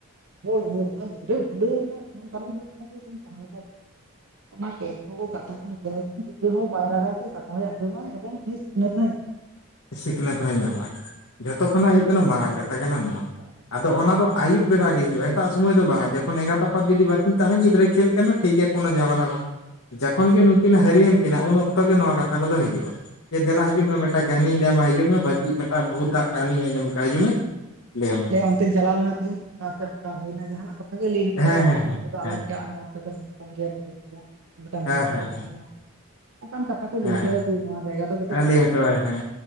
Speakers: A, on the right; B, on the left.
A: ᱦᱳᱭ ᱦᱳᱭ ᱚᱱᱟ ᱜᱤᱫᱽᱨᱟᱹ ᱵᱩᱞᱟᱹᱣ ᱨᱮᱱᱟᱜ ᱠᱟᱨᱚᱱ ᱦᱩᱭᱩᱜ ᱡᱮ ᱤᱧ <unintelligible> ᱚᱱᱟᱛᱮ ᱠᱚ ᱠᱟᱛᱷᱟ ᱠᱚᱧ <unintelligible> ᱜᱤᱫᱽᱨᱟᱹ ᱦᱚᱸ ᱵᱟᱭ ᱨᱟᱜᱟ ᱥᱮ ᱠᱟᱛᱷᱟᱭ ᱟᱸᱡᱚᱢᱟ ᱮᱵᱚᱝ ᱩᱱᱤ ᱥᱤᱠᱷᱱᱟᱹᱛ ᱦᱚᱸᱭ <unintelligible>
B: <inaudible> ᱥᱤᱠᱷᱱᱟᱹᱛ ᱦᱚᱸᱭ ᱧᱟᱢᱟ ᱡᱷᱚᱛᱚ ᱠᱷᱚᱱᱟᱜ ᱦᱩᱭᱩᱜ ᱠᱟᱱᱟ ᱢᱟᱨᱟᱝ ᱠᱟᱛᱷᱟ ᱠᱟᱱᱟ ᱱᱚᱣᱟ
A: ᱚᱱᱟ ᱠᱟᱛᱷᱟ
B: ᱟᱫᱚ ᱚᱱᱟ ᱫᱚ ᱟᱹᱭᱩᱵ ᱵᱮᱲᱟ ᱜᱮ ᱦᱩᱭᱩᱜᱼᱟ᱾ ᱮᱴᱟᱜ ᱥᱚᱢᱚᱭ ᱫᱚ ᱵᱟᱝ ᱡᱚᱠᱷᱚᱱ ᱮᱸᱜᱟᱛ- ᱟᱯᱟᱛ ᱡᱩᱫᱤ ᱵᱟᱠᱤᱱ ᱛᱟᱦᱮᱱᱟ᱾ ᱜᱤᱫᱽᱨᱟᱹᱭ ᱠᱷᱮᱞ ᱠᱟᱱᱟ ᱴᱷᱤᱠ ᱜᱮᱭᱟ, ᱠᱳᱱᱳ ᱡᱷᱟᱢᱮᱞᱟ ᱵᱟᱝ ᱡᱚᱠᱷᱚᱱ ᱜᱮ ᱱᱩᱠᱤᱱ ᱦᱟᱨᱤᱭᱮᱱ ᱠᱤᱱᱟ ᱩᱱ ᱚᱠᱛᱚ ᱜᱮ ᱱᱚᱣᱟ ᱠᱟᱛᱷᱟ ᱠᱚᱫᱚ ᱦᱤᱡᱩᱜᱼᱟ᱾ ᱡᱮ ᱫᱮᱞᱟ ᱦᱤᱡᱩᱜ ᱢᱮ ᱢᱤᱫᱴᱟᱝ ᱠᱟᱹᱦᱱᱤᱧ ᱞᱟᱹᱭᱟᱢᱢᱟ ᱦᱤᱡᱩᱜ ᱢᱮ ᱵᱷᱟᱹᱜᱤ ᱢᱤᱫᱴᱟᱝ ᱵᱷᱩᱛᱟᱜ ᱠᱟᱹᱦᱱᱤᱧ ᱟᱸᱚᱢ ᱠᱟᱜ ᱦᱤᱡᱩᱜ ᱢᱮ᱾ ᱞᱟᱹᱭᱟᱢ ᱢᱮ
A: ᱮ ᱚᱱᱛᱮᱧ ᱪᱟᱞᱟᱣ ᱞᱮᱱᱟ᱾ ᱛᱮᱦᱤᱧᱚᱱᱠᱟ ᱥᱮ ᱚᱱᱠᱟ ᱦᱩᱭᱱᱟ ᱡᱟᱦᱟᱱᱟᱜ ᱠᱟᱛᱷᱟ ᱜᱮ ᱞᱟᱹᱭ ᱠᱮᱫᱟᱭ
B: ᱦᱮᱸ ᱦᱮᱸ
A: ᱟᱨᱠᱤ᱾
B: ᱦᱮᱸ
A: ᱚᱱᱛᱮ ᱫᱚ
B: ᱦᱮᱸ
A: ᱟᱞᱚᱢ ᱪᱟᱜᱼᱟ ᱱᱚᱣᱟ ᱛᱮᱫᱚ ᱞᱚᱢ <unintelligible> ᱜᱮᱭᱟ ᱵᱷᱩᱛ
B: ᱦᱮᱸ ᱦᱮᱸ
A: ᱠᱚ ᱛᱟᱸᱦᱮᱱᱟ ᱚᱱᱠᱟᱱ ᱠᱟᱛᱷᱟ ᱠᱚ
B: ᱦᱮᱸ
A: ᱞᱟᱹᱭ ᱦᱚᱪᱚᱭᱟ ᱡᱮ ᱱᱚᱣᱟ ᱡᱟᱭᱜᱟ ᱫᱚ ᱠᱟᱹᱴᱤᱡ
B: ᱞᱟᱹᱭ
A: ᱠᱷᱟᱨᱟᱯ
B: ᱦᱚᱴᱚᱣᱟᱭ
A: ᱜᱮᱭᱟ
B: ᱦᱮᱸ